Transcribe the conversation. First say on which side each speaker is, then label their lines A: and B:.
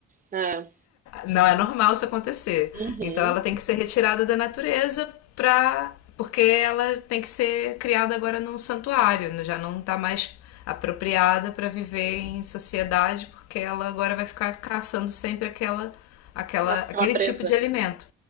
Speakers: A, on the right (about 30°); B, on the left (about 60°).
A: É.
B: Não é normal isso acontecer.
A: Uhum.
B: Então ela tem que ser retirada da natureza pra porque ela tem que ser criada agora num santuário, né? já não tá mais apropriada para viver em sociedade, porque ela agora vai ficar caçando sempre aquela, aquela
A: Ah, aquela
B: aquele
A: presa.
B: tipo de alimento.